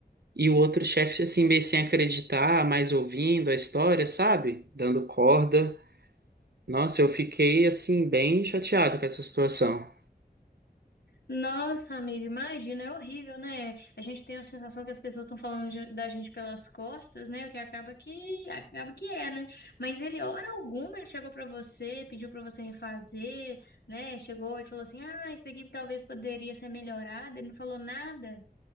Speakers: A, on the right; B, on the left.
A: E o outro chefe, assim, meio sem acreditar, mas ouvindo a história, sabe? Dando corda. Nossa, eu fiquei, assim, bem chateado com essa situação.
B: Nossa, amigo, imagina, é horrível, né? A gente tem a sensação que as pessoas estão falando de- da gente pelas costas, né? O que acaba que acaba que é, né? Mas ele, hora alguma, ele chegou pra você, pediu pra você refazer, né? Chegou e falou assim: "Ah, isso daqui talvez poderia ser melhorado". Ele não falou nada.